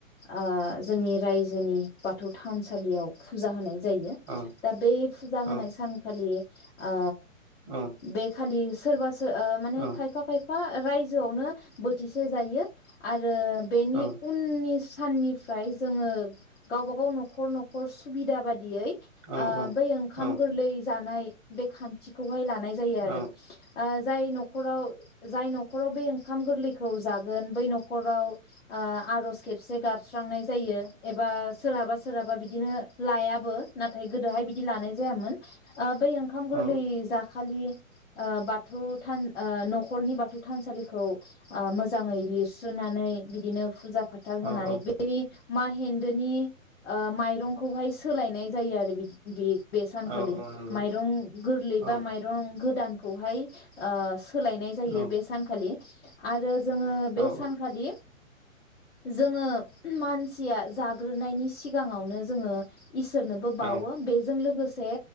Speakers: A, on the left; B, on the right.
A: ओ जोंनि रायजोनि बाथौ थानसालियाव फुजा होनाय जायो
B: औ
A: दा बे फुजा होनाय
B: औ
A: सम खालि आ
B: औ
A: बे खालि सोरबा सो ओ माने
B: औ
A: खायफा खायफा रायजोआवनो बोथिसे जायो आर रो बेनि
B: औ
A: उननि साननिफ्राय जोङो गावबा गाव न'खर न'खर सुबिदा बादियै
B: औ
A: आ
B: औ
A: बै ओंखाम
B: औ
A: लै जानाय बे खान्थिखौहाय लानाय जायो
B: उम
A: आरो ओ जाय न'खराव जाय न'खराव बे ओं खाम गोरलैखौ जागोन बै न'खराव ओ आर'ज खेबसे गाबस्रांनाय जायो एबा सोरहाबा सोरहाबा बिदिनो लायाबो ना थाय गोदोहाय बिदि लानाय जायामोन। ओ बै ओंखाम गोरलै
B: औ
A: जाखालि ओ बाथौ थान ओ न'खरनि बाथौ थानसालिखौ आ मोजाङै लिरस्रोननानै बिदिनो फुजा फाथाल होननानै
B: औ औ
A: बै माहेन्दोनि ओ माइरंखौहाय सोलायनाय जायो आरो बिदि बे बेस
B: औ
A: खालि
B: औ नंगौ
A: माइरं गोरलै
B: औ
A: बा माइरं गोदानखौहाय आ सोलायनाय जायो
B: औ
A: बे सानखालि आरो जोङो बे
B: औ
A: सानखालि जोङो मानसिया जाग्रोनायनि सिगाङावनो जोङो इसोरनोबो
B: औ
A: बावो बेजों लोगोस से